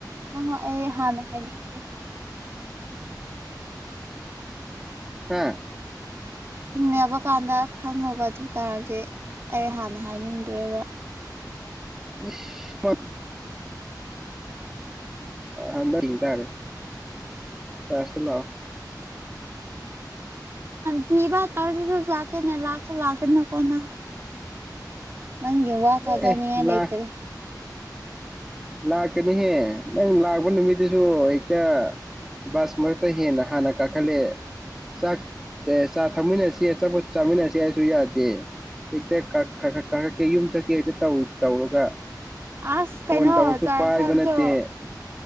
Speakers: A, on the right; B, in the centre.
A: ꯍꯪꯉꯣ ꯑꯩ ꯍꯥꯟꯅ ꯍꯥꯏꯅꯤꯡꯗꯦ
B: ꯍꯥꯥ
A: ꯍꯤꯡꯅꯕ ꯀꯥꯟꯗ ꯈꯪꯉꯨꯕ ꯑꯗꯨ ꯇꯥꯔꯗꯤ ꯑꯩ ꯍꯥꯟꯅ ꯍꯥꯏꯅꯤꯡꯗ꯭ꯔꯦꯕ
B: ꯏꯁ ꯑ <inaudible> ꯇꯔꯦ ꯐꯦꯁꯂꯥ
A: ꯊꯕ ꯇꯔꯁꯨ ꯆꯦ ꯅ ꯂꯥꯛꯁꯨ ꯂꯥꯛꯒꯅ ꯀꯣꯟꯅ ꯅꯪꯒ ꯋꯥ ꯊ ꯍꯥꯖꯅꯤ
B: ꯑꯦ
A: ꯌꯦꯂꯩꯇꯔꯦ
B: ꯂꯥ ꯂꯥꯛꯀꯅꯤꯍꯦ ꯅꯪ ꯂꯥꯛꯄ ꯅꯨꯃꯤꯠꯇꯨꯁꯨ ꯍꯦꯛꯇ ꯕꯁ ꯃꯔꯛꯇ ꯍꯦꯟꯅ ꯍꯥꯟꯅ ꯀꯥꯈꯠꯂꯦ ꯆꯥꯛ ꯆꯥ ꯊꯛꯃꯤꯟꯅꯁꯤ ꯑꯆꯥꯄꯣꯠ ꯆꯥꯃꯤꯟꯅꯁꯤ ꯍꯥꯏꯁꯨ ꯌꯥꯗꯦ ꯍꯦꯛꯇ ꯀꯥꯈꯠꯀꯦ ꯌꯨꯝ ꯆꯠꯀꯦ ꯍꯦꯛꯇ ꯇꯧ ꯇꯧꯔꯒ
A: ꯑꯁ ꯀꯥꯏꯩꯅꯣ
B: ꯐꯣꯟ ꯇꯧꯔꯁꯨ
A: ꯆꯔ
B: ꯄꯥꯏꯕ
A: ꯆꯔꯁꯨ
B: ꯅꯠꯇꯦ